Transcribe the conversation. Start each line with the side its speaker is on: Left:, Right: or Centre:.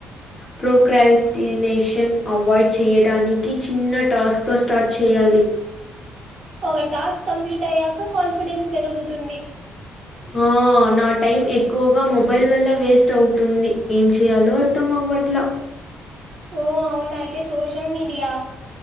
Left: ప్రోక్రార్టినేషన్ అవాయిడ్ చేయడానికి చిన్న టాస్క్ తో స్టార్ట్ చే యాలి
Right: ఒక టాస్క్ కంప్లీట్ అయ్యాక కాన్ఫిడెన్స్ పెరుగుతుంది
Left: ఆ నాట్ టైం ఎక్కువగా మొబైల్ వల్ల వేస్ట్ అవుతుంది ఏం చేయాలో అర్థం అవ్వట్లా
Right: ఓ అవునా అయితే సోషల్ మీడియా